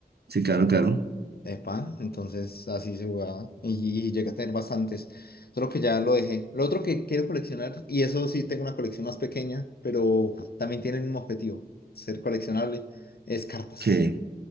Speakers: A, on the right; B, on the left.
A: Sí, claro, claro.
B: Epa, entonces así se jugaba y, y llegué a tener bastantes, solo que ya lo dejé. Lo otro que quiero coleccionar, y eso sí tengo una colección más pequeña, pero también tiene el mismo objetivo, ser coleccionable, es cartas,
A: Ok.